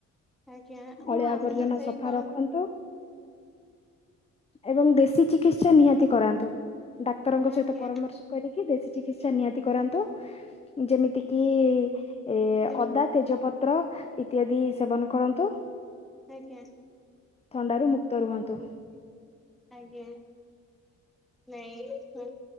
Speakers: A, in the centre; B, on the left.
A: ଆଜ୍ଞା ହଁ
B: ଅଳିଆ
A: ଆମେ
B: ଆବର୍ଜନା
A: ତ ସେଇ
B: ସଫା
A: କ
B: ରଖନ୍ତୁ। ଏବଂ ଦେଶୀ ଚିକିତ୍ସା ନିହାତି କରାନ୍ତୁ ଡାକ୍ତରଙ୍କ ସହି
A: ଆଜ୍ଞା
B: ମର୍ଷ କରିକି ଦେଶୀ ଚିକିତ୍ସା ନିହାତି କରାନ୍ତୁ ଯେମି ତିକି ଏ
A: ଯେମିତି
B: ଅଦା
A: କି
B: ତେଜପତ୍ର ଇତ୍ୟାଦି ସେବନ କରନ୍ତୁ।
A: ଆଜ୍ଞା।
B: ଥଣ୍ଡାରୁ ମୁକ୍ତ ରୁହନ୍ତୁ।
A: <inaudible> ଆଜ୍ଞା। ନାଇଁଁ